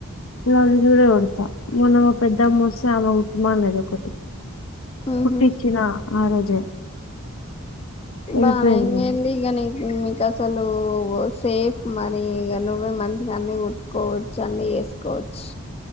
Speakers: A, on the left; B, on the left.
A: ఈలాంటి చీరే కంటా మొన్నం పెద్దమ్మ వచ్చే ఆమె కుటుబం అన్నది ఒకటి
B: ఉహు
A: కుట్టిచ్చిన ఆ రోజే వెళ్ళిపోయింది
B: బానా ఇం ఎంటి ఈగ నీకు అసలు సేఫ్ మనీ ఈగ నువ్వే మంచిగా అన్ని కుట్కోవచ్చు అన్ని చేసుకోవచ్చు.